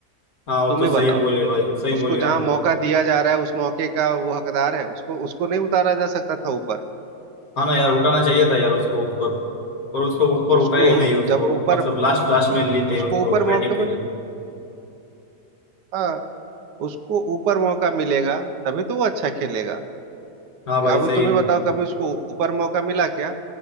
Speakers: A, on the left; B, on the right.
A: हाँ वो
B: तुम
A: तो
B: ही
A: सही
B: बताओ
A: बोले भाई सही
B: उसको
A: बोले आप
B: जहां मौका दिया जा रहा है उस मौके का वो हकदार है उसको उसको नहीं उतारा जा सकता था ऊपर
A: हाँ ना यार उठाना चाहिए था यार उसको ऊपर पर उसको ऊपर
B: उसको
A: उठाया ही नहीं उसको
B: जब ऊपर
A: मतलब लास्ट लास्ट
B: हाँ
A: में लेते
B: उसको
A: उसको
B: ऊपर
A: बैटिंग
B: मौका
A: के
B: मिले
A: लिए
B: हाँ उसको ऊपर मौका मिलेगा तभी तो वो अच्छा खेलेगा
A: हाँ भाई
B: अभी
A: सही
B: तुम ही बताओ कभी उसको ऊपर मौका मिला क्या